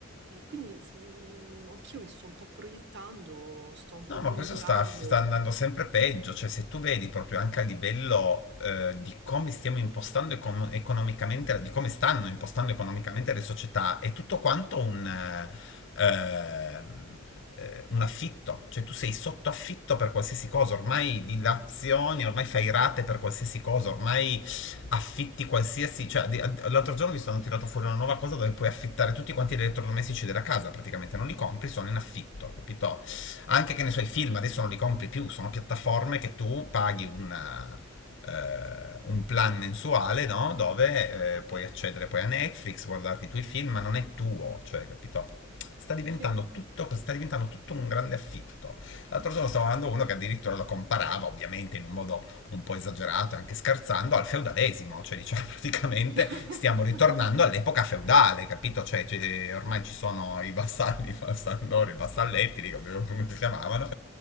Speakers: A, on the right (about 55°); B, on the left (about 60°).
A: E quindi s- mm, anch'io mi sto un po' proiettando, sto un
B: No,
A: po' monitorando.
B: ma questo sta, sta andando sempre peggio, cioè se tu vedi proprio anche a livello eh, di come stiamo impostando econ- economicamente, di come stanno impostando economicamente le società, è tutto quanto un, eh, ehm, eh, un affitto, cioè tu sei sotto affitto per qualsiasi cosa, ormai dilazioni, ormai fai rate per qualsiasi cosa, ormai affitti qualsiasi, cioè di- l'altro giorno mi sono tirato fuori una nuova cosa dove puoi affittare tutti quanti gli elettrodomestici della casa, praticamente non li compri, sono in affitto, capito? anche che ne so i film adesso non li compri più, sono piattaforme che tu paghi una, eh, un plan mensuale, no? Dove eh, puoi accedere poi a Netflix, guardarti i tuoi film, ma non è tuo, cioè, capito? Sta diventando
A: Sì.
B: tutto, sta diventando tutto un grande affitto. L'altro giorno stavo guardando uno che addirittura lo comparava, ovviamente in un modo un po' esagerato e anche scherzando, al feudalesimo, cioè diciamo <laughs> praticamente
A: <laughs>
B: stiamo ritornando all'epoca feudale, capito? Cioè, cioè, ormai ci sono i vassalli, i vassallori, i vassalletti, dico, come si chiamavano,
A: È